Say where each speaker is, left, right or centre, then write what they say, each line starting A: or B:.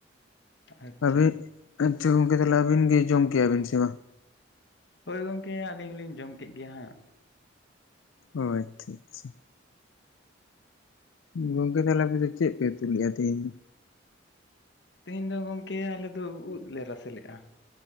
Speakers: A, on the left; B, on the left.
A: ᱟᱪᱪᱷᱟ
B: ᱛᱚᱵᱮ ᱟᱪᱪᱷᱟ ᱜᱚᱝᱠᱮ ᱛᱟᱞᱦᱮ ᱟᱹᱵᱤᱱ ᱜᱮ ᱡᱚᱢ ᱠᱮᱜ-ᱟ ᱵᱤᱱ ᱥᱮ ᱵᱟᱝ?
A: ᱦᱳᱭ ᱜᱚᱢᱠᱮ ᱟᱹᱞᱤᱧ ᱦᱚᱞᱤᱧ ᱡᱚᱢ ᱠᱮᱫ ᱜᱮᱭᱟ ᱦᱟᱸᱜ᱾
B: ᱚ ᱟᱪᱪᱷᱟ ᱟᱪᱪᱷᱟ᱾ ᱜᱚᱝᱠᱮ ᱛᱟᱞᱮ ᱟᱯᱮᱫᱚ ᱪᱮᱫ ᱯᱮ ᱩᱛᱩ ᱞᱮᱫᱼᱟ ᱛᱮᱦᱮᱧ ᱫᱚ?
A: ᱛᱮᱦᱤᱧ ᱫᱚ ᱜᱚᱝᱠᱮ ᱟᱞᱮ ᱫᱚ ᱩᱫᱽ ᱞᱮ ᱨᱟᱥᱮ ᱞᱮᱜᱼᱟ᱾